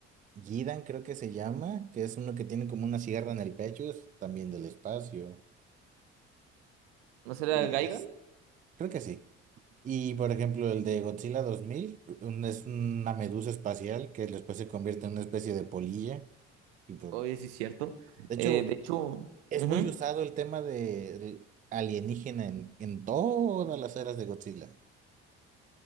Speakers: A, on the right; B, on the right.
A: Gidan creo que se llama, que es uno que tiene como una sierra en el pecho, es también del espacio.
B: ¿no será
A: Y
B: Gaigan?
A: es, creo que sí. Y por ejemplo, el de Godzilla 2000 un- es una medusa espacial que después se convierte en una especie de polilla. Y por...
B: Oye, sí es cierto.
A: De hecho,
B: Eh, de hecho,
A: es
B: ujú,
A: muy usado el tema de alienígena en, en todas las eras de Godzilla.